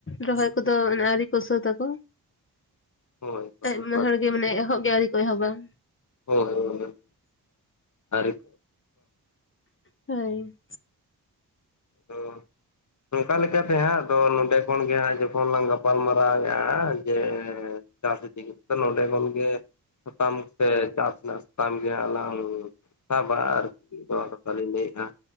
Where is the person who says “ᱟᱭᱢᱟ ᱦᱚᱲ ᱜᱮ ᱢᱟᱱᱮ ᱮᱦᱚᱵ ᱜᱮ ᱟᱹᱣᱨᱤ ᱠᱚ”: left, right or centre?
Left